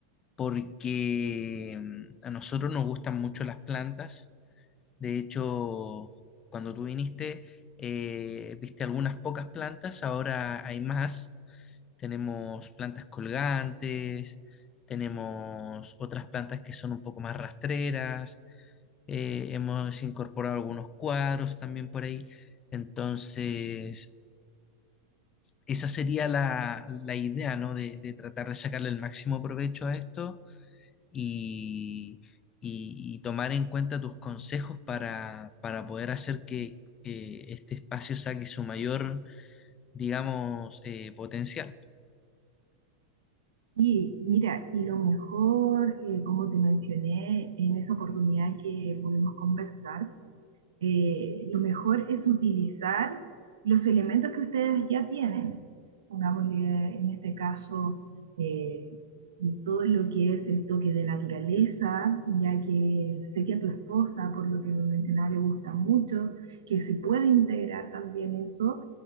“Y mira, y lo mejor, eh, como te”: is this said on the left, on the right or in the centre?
Right